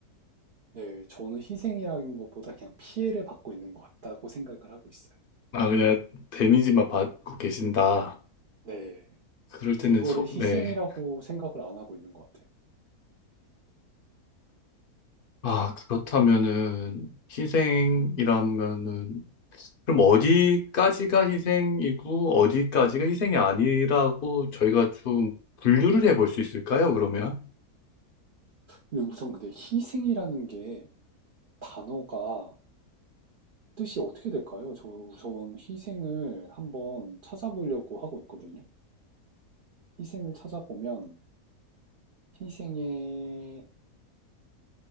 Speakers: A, on the right (about 55°); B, on the left (about 50°).
A: 네, 저는 희생이라는 것보다 그냥 피해를 받고 있는 것 같다고 생각을 하고 있어요.
B: 아, 그냥 데미지만 받고 계신다.
A: 네,
B: 그럴 때는
A: 이거를
B: 소,
A: 희생이라고
B: 네.
A: 생각을 안 하고 있는 것 같아요.
B: 아, 그렇다면은 희생이라면은 그럼 어디까지가 희생이고 어디까지가 희생이 아니라고 저희가 좀 분류를 해볼 수 있을까요, 그러면?
A: 근데 우선 근데 희생이라는 게 단어가 뜻이 어떻게 될까요? 저 우선 희생을 한번 찾아보려고 하고 있거든요. 희생을 찾아보면 희생의